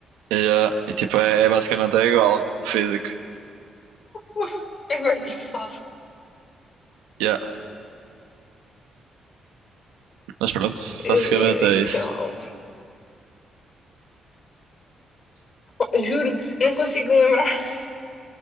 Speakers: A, on the right; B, on the left.
A: Yeah. E tipo, é, é basicamente é igual no físico.
B: Uf, é bem engraçado.
A: Yeah. Mas pronto,
B: 2000
A: basicamente é
B: e
A: isso.
B: sei lá, 11. Pá, juro, não consigo lembrar <laughs>